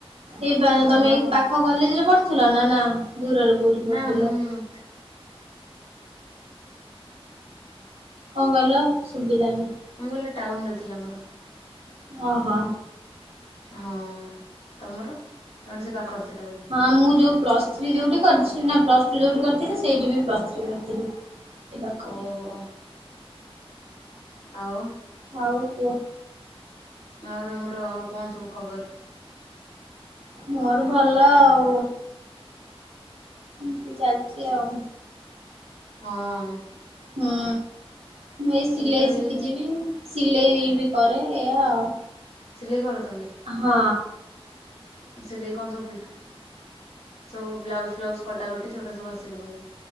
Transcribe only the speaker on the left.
ତମର
କଣ?
ନା ମୁଁ।
ନା ମୁଁ କହିଲି ଟାଉନ ରେ ଥିଲା ମୋର।
ହଁ ତମର ତମର ସେ ପାଖରେ ଥିଲା ବୋଧେ।
ଓହୋ ଆଉ।
ଆଉ ତମର ଆଉ କଣ ସବୁ ଖବର?
ହଁ।
ଏଇତ ଏଇ
ସିଲେଇ କର ତମେ?
ସିଲେଇ କଁ ସବୁ <unintelligible> ସବୁ ବ୍ଲାଉଜ ଫ୍ଲାଉଜ କଟାକଟିସେଗୁଡା ସବୁ ଆସେ ତମକୁ?